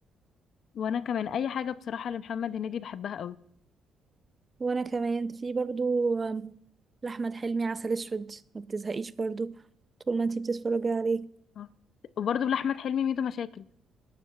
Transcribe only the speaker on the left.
وانا كمان اي حاجة بصراحة لمحمد هنيدي بحبها قوي
اه وبرضه لأحمد حلمي ميدو مشاكل